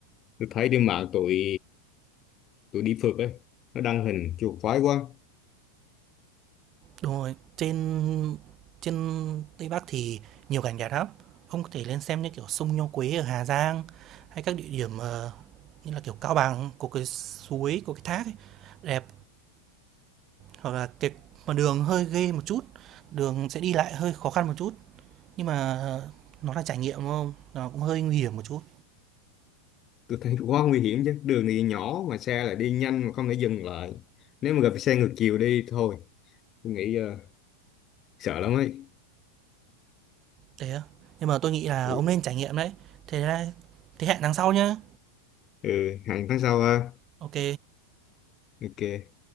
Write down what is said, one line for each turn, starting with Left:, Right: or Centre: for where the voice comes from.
Left: tôi thấy trên mạng tụi tụi đi phượt ấy nó đăng hình chuột khoái quá
Right: Đúng rồi, trên trên Tây Bắc thì nhiều cảnh đẹp lắm. Ông có thể lên xem như kiểu sông Nho Quế ở Hà Giang hay các địa điểm ờ, như là kiểu Cao Bằng có cái suối, có cái thác ấy, đẹp hoặc là cái mà đường hơi ghê một chút, đường sẽ đi lại hơi khó khăn một chút nhưng mà nó là trải nghiệm đúng không? Nó cũng hơi nguy hiểm một chút.
Left: tôi thấy quá nguy hiểm chứ đường thì nhỏ mà xe lại đi nhanh mà không thể dừng lại nếu mà gặp xe ngược chiều đi thôi tôi nghĩ ờ, sợ lắm ấy
Right: Thế á. Nhưng mà tôi nghĩ là
Left: ừ
Right: ông nên trải nghiệm đấy. Thế thế hẹn tháng sau nhá.
Left: ừ, hẹn tháng sau ha
Right: Ok.
Left: ok